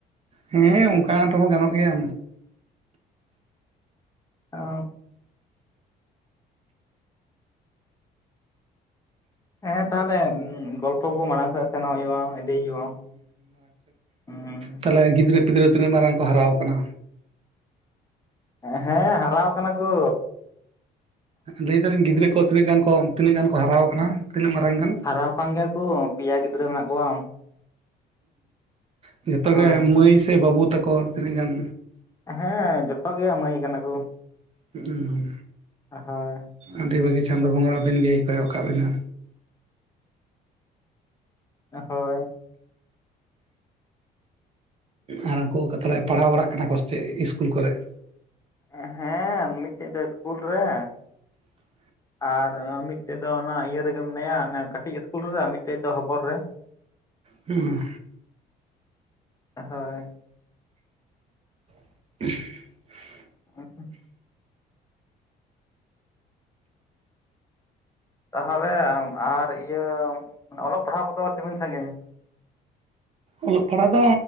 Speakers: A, on the right; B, on the left.
A: ᱦᱮᱸ ᱚᱱᱠᱟᱱ ᱨᱮᱦᱚᱸᱜᱟᱱᱚᱜ ᱜᱮᱭᱟ
B: ᱚ ᱦᱮᱸ ᱛᱟᱦᱞᱮ ᱜᱚᱞᱯᱚ ᱠᱚ ᱢᱟᱲᱟᱝ ᱥᱮᱫ ᱥᱮᱱᱚᱜ ᱦᱩᱭᱩᱜᱼᱟ ᱤᱫᱤ ᱦᱩᱭᱩᱜᱼᱟ ᱦᱩᱸ
A: ᱛᱟᱦᱞᱮ ᱜᱤᱫᱽᱨᱟᱹ ᱯᱤᱫᱽᱨᱟᱹ ᱛᱤᱱᱟᱹᱜ ᱢᱟᱨᱟᱝ ᱠᱚ ᱦᱟᱨᱟᱣ ᱠᱟᱱᱟ
B: ᱦᱮᱸ ᱦᱟᱨᱟᱣ ᱠᱟᱱᱟ ᱠᱩ
A: ᱞᱟᱹᱭ ᱫᱟᱞᱤᱧ ᱜᱤᱫᱽᱨᱟᱹ ᱠᱚ ᱛᱤᱱᱟᱹᱜ ᱜᱟᱱ ᱠᱚ ᱛᱤᱱᱟᱹᱜ ᱜᱟᱱ ᱠᱚ ᱦᱟᱨᱟᱣ ᱠᱟᱱᱟ ᱛᱤᱱᱟᱹᱜ ᱢᱟᱨᱟᱝ ᱜᱟᱱ
B: ᱦᱟᱨᱟᱣ ᱟᱠᱟᱱ ᱜᱮᱭᱟ ᱠᱚ ᱯᱮᱭᱟ ᱜᱤᱫᱽᱨᱟᱹ ᱢᱮᱱᱟᱜ ᱠᱚᱣᱟ
A: ᱦ ᱡᱚᱛᱚᱜ
B: ᱦᱳᱭ
A: ᱜᱮ ᱢᱟᱹᱭ ᱥᱮ ᱵᱟᱹᱵᱩ ᱛᱟᱠᱚ ᱛᱤᱱᱟᱹᱜ ᱜᱟᱱ
B: ᱦᱮᱸ ᱡᱚᱛᱚ ᱜᱮᱭᱟ ᱢᱟᱹᱭ ᱠᱟᱱᱟ ᱠᱚ
A: ᱦᱩᱸ
B: ᱦᱳᱭ
A: ᱟᱹᱰᱤ ᱵᱷᱟᱹᱜᱤ ᱪᱟᱸᱫᱳ ᱵᱚᱸᱜᱟ ᱟᱹᱵᱤᱱ ᱜᱮᱭ ᱠᱚᱭᱚᱜ ᱠᱟᱜ ᱵᱤᱱᱟ
B: ᱦᱳᱭ
A: ᱟᱨ ᱩᱱᱠᱩ ᱠᱟᱛᱞᱮᱡ ᱯᱟᱲᱦᱟᱣ ᱵᱟᱲᱟᱜ ᱠᱟᱱᱟ ᱠᱚᱥᱪᱮᱫ ᱤᱥᱠᱩᱞ ᱠᱚᱨᱮ
B: ᱮ ᱦᱮᱸ ᱢᱤᱫᱴᱮᱡ ᱫᱚ ᱤᱥᱠᱩᱞ ᱨᱮ
A: <unintelligible>
B: ᱟᱨ ᱢᱤᱫᱴᱮᱡ ᱫᱚ ᱚᱱᱟ ᱤᱭᱟᱹ ᱨᱮᱜᱮ ᱢᱮᱱᱟᱭᱟ ᱠᱟᱹᱴᱤᱡ ᱤᱥᱠᱩᱞ ᱨᱮ ᱟᱨ ᱢᱤᱫᱴᱮᱡ ᱫᱚ ᱦᱚᱚᱵᱚᱨ ᱨᱮ
A: ᱦᱩᱸ
B: ᱦᱳᱭ
A: <unintelligible>
B: ᱩᱸᱦᱩᱸᱜ ᱛᱟᱦᱚᱞᱮ ᱟᱢ ᱟᱨ ᱤᱭᱟᱹ ᱚᱞᱚᱜ ᱯᱟᱲᱦᱟᱣ ᱠᱚᱫᱚ ᱛᱤᱢᱤᱱ ᱥᱟᱺᱜᱤᱧ
A: ᱚᱞᱚᱜ ᱯᱟᱲᱦᱟᱜ ᱫᱚ